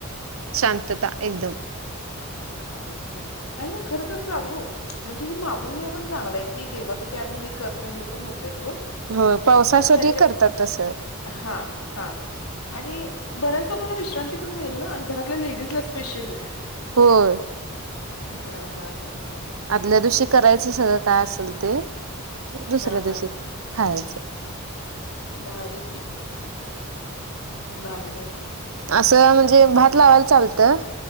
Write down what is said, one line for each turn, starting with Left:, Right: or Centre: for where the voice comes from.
Right: शांतता एकदम-
Left: भारीकी आहे आणि खर तर सांगू म्हणजे हे मागून घे पण चांगलंय की देवासाठी- आणि हे करतो हे पण होत- <inaudible>
Right: हो पावसासाठी
Left: पण त्या
Right: करतात तसं
Left: हा- हा आणि बऱ्याच लोकांना विश्रांती पण मिळेल ना आणि घरातल्या लेडीजला स्पेशली-
Right: हो-
Left: हा- हा -हा- हा
Right: आदल्या दिवशी करायचं सगळं काय असेल ते दुसऱ्या
Left: हां, हां,
Right: दिवशी
Left: हां.
Right: खायचं
Left: भारी की- बारी- बरी
Right: असं म्हणजे भात लावायला चालतं